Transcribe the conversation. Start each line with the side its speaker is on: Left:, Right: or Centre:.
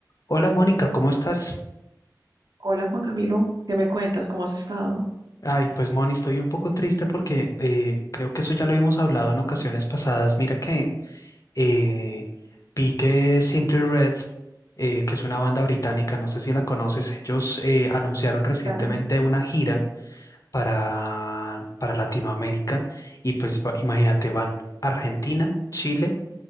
Left: Hola Mónica, ¿cómo estás?
Right: Hola Juan Camilo, ¿qué me cuentas? ¿Cómo has estado?
Left: Ay, pues Moni, estoy un poco triste porque eh, creo que eso ya lo hemos hablado en ocasiones pasadas. Mira que eh, vi que Simply Red, eh, que es una banda británica, no sé si la conoces, ellos eh, anunciaron recientemente
Right: Claro.
Left: una gira para, para Latinoamérica y pues va- imagínate, van a Argentina, Chile